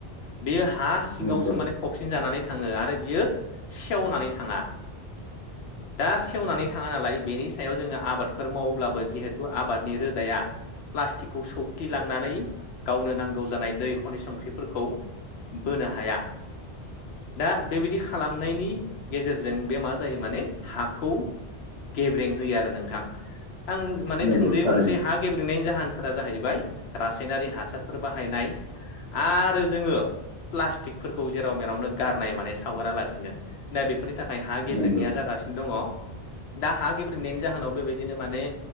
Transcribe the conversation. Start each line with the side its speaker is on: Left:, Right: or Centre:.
Left: बियो हा सिङावसो
Right: नंगौ
Left: माने फबसिन जानानै थाङो आरो बियो सेवनानै थाङा। दा सेवनानै थाङा नालाय बेनि सायाव जोङो आबाद फोर मावोब्लाबो जिहेथु आबादनि रोदाया प्लास्टिकखौ सौथिलांनानै गावनो नांगौ जानाय दै खनि संख्रिफोरखौ बोनो हाया। दा बेबिदि खालामनायनि गेजेरजों बे मा जायो माने हाखौ गेब्रें होयो आरो नोंथां। आं माने
Right: नंगौ
Left: थोंजोङै
Right: थारैनो
Left: बुंसै हा गेब्रेंनायनि जाहोन फोरा जाहैबाय रासायनारि हासारफोर बाहायनाय आरो जोङो प्लास्टिकफोरखौ जेराव मेरावनो गारनाय माने सावगारालासिनो दा बे फोरनि थाखाय हा गेब्रेंनायया
Right: नंगौ
Left: जागासिनो दङ दा हा गेब्रेनायनि जाहोनाव बेबायदि बिदिनो माने